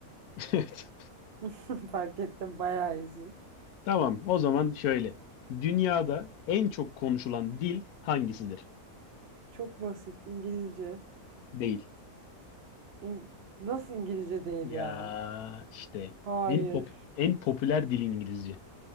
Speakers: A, on the left; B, on the right.
A: <laughs> Evet.
B: <laughs> Fark ettim bayağı iyisin.
A: Tamam. O zaman şöyle. Dünyada en çok konuşulan dil hangisidir?
B: Çok basit İngilizce.
A: Değil.
B: İng- Nasıl İngilizce değil
A: Ya
B: ya?
A: işte
B: Hayır.
A: en pop en popüler dil İngilizce.